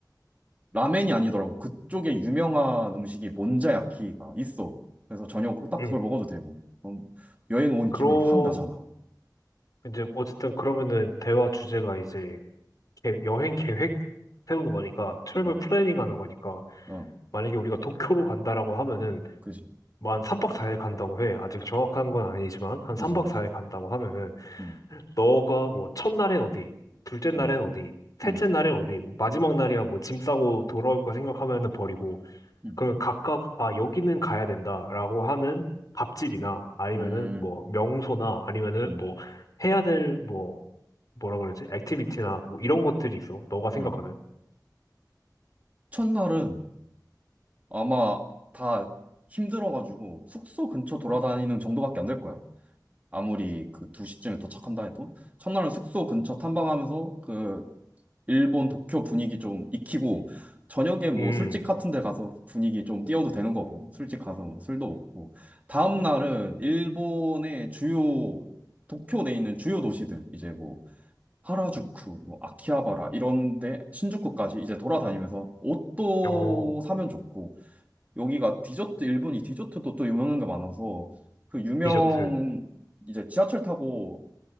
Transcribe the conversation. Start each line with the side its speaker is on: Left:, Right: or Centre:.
Right: 라멘이 아니더라고. 그쪽에 유명한 음식이 몬자야키가 있어. 그래서 저녁으로 딱
Left: 응.
Right: 그걸 먹어도 되고. 그럼 여행 온
Left: 그럼,
Right: 기분이 확 나잖아.
Left: 이제, 어쨌든 그러면은 대화 주제가 이제 계- 여행 계획 세우는 거니까, 트래블
Right: 어,
Left: 플래닝 하는 거니까,
Right: 어,
Left: 만약에 우리가 도쿄로 간다라고 하면은,
Right: 그지,
Left: 뭐 한 3박 4일 간다고 해. 아직 정확한 건 아니지만 한
Right: 그지,
Left: 3박
Right: 그지.
Left: 4일 간다고 하면은
Right: 응,
Left: 너가 뭐 첫날엔 어디, 둘째 날엔
Right: 응,
Left: 어디, 셋째
Right: 응,
Left: 날엔 어디, 뭐 마지막 날이야 뭐 짐 싸고 돌아올 거 생각하면은 버리고
Right: 응,
Left: 그러면 각각 아 여기는 가야 된다라고 하는 밥집이나 아니면은
Right: 응,
Left: 뭐 명소나 아니면은
Right: 응,
Left: 뭐 해야 될 뭐 뭐라 그러지? 액티비티나 뭐 이런 것들이 있어. 너가 생각하는.
Right: 응. 첫날은 아마 다 힘들어가지고 숙소 근처 돌아다니는 정도밖에 안 될 거야. 아무리 그 2시쯤에 도착한다 해도 첫날은 숙소 근처 탐방하면서 그 일본 도쿄 분위기 좀 익히고 저녁에 뭐
Left: 음.
Right: 술집 같은 데 가서 분위기 좀 띄워도 되는 거고 술집 가서 뭐 술도 먹고 다음 날은 일본의 주요 도쿄 내에 있는 주요 도시들 이제 뭐 하라주쿠, 뭐 아키하바라 이런 데 신주쿠까지 이제 돌아다니면서 옷도
Left: 어.
Right: 사면 좋고 여기가 디저트, 일본이 디저트도 또 유명한 게 많아서 그 유명,
Left: 디저트.
Right: 이제 지하철 타고